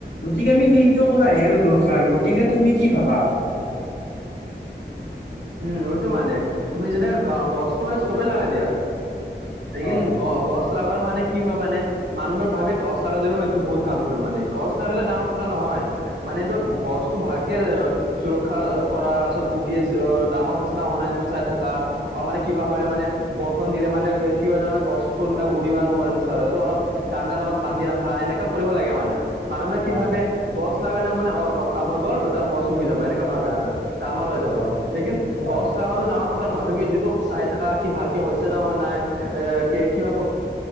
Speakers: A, on the left; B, on the right.
A: গতিকে আমি সেইটো কৰাহে আৰু দৰকাৰ গতিকে তুমি কি ভাবা?
B: উম সেইটো মানে তুমি যেনেকা গ গছটো মানে চবেই লাগাই দিয়া। লেকিন
A: হয়
B: গ গছ লাগাৰো মানে কি হয় মানে মানুহবোৰে ভাবে গছ লগাই দিলো মই এইটো বহুত কাম কৰিম মানে। গছ লাগালে ডাঙৰ কথা নহয়। মানেতো
A: হয়
B: গছটো ভালকে সুৰক্ষা কৰাৰ পাছত উগিয় আ অ ডাঙৰ হৈছে না হোৱা নাই, এইটো চাই থাকা, অ মানে কিবা হলে মানে বৰষুণ দিলে মানে কি হয় জানা নাই, গছবোৰ উৰিব হয় নিছিনা অলপ দানডাৰ লগত বান্ধি ৰাখা এনেকা কৰিব লাগে মানে মানুহবোৰে
A: হয়
B: কি ভাবে
A: হয়
B: গছ লগালেও মানে অঁ মোৰ কাম হৈ গল অটা গছ উগি যাব এনেকুৱা ভাবে আনা। ডাঙৰ হৈ যাব।
A: হয়
B: লেকিন
A: হয়
B: গছ কটাটো ডাঙৰ কথা নহয় তুমি যিটো চাই থাকা কি ভালকে হৈছে নে নাই আ কি- কিবা